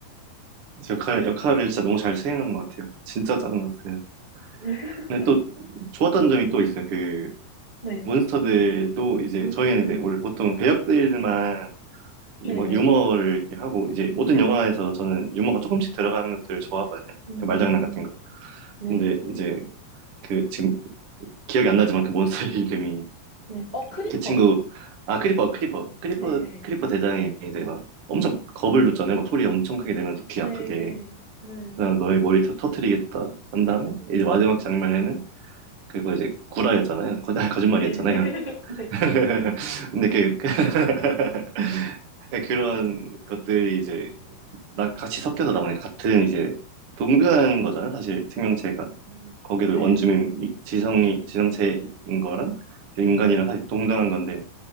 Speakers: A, on the right; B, on the right.
A: 역할, 역할을 진짜 너무 잘 수행한 것 같아요. 진짜 짜증났어요.
B: <laughs>
A: 근데 또 좋았던 점이 또 있어요. 그
B: 네.
A: 몬스터들도 이제
B: 음,
A: 저희는 이제 원래 보통 배역들만
B: 네네.
A: 유- 막 유머를 이렇게 하고 이제 모든 영화에서 저는 유머가 조금씩 들어가는 것들을 좋아하거든요.
B: 음,
A: 그 말장난
B: 음, 음.
A: 같은 거.
B: 네,
A: 근데 이제 그 지금 기억이 안 나지만 그 몬스터의 <laughs> 이름이
B: 네. 어, 크리퍼.
A: 그 친구 아 크리퍼 크리퍼 크리퍼
B: 네, 네.
A: 크리퍼 대장이 이제 막 엄청 겁을 줬잖아요. 막 소리 엄청 크게 내면서 귀
B: 네,
A: 아프게.
B: 네. 네.
A: 그다음 너의 머리 터, 터트리겠다 한 다음에 이제
B: 음.
A: 마지막 장면에는 그거 이제 구라였잖아요. 거, 아니, 거짓말이었잖아요.
B: 네. <laughs> 네.
A: <laughs> 근데 그 <laughs> 그런 것들이 이제 나 같이 섞여서 나오니까 같은 이제 동그란 거잖아요. 사실 생명체가
B: 음,
A: 거기도
B: 네.
A: 원주민 이- 지성이 지성체인 거랑 인간이랑
B: 네.
A: 사실 동등한 건데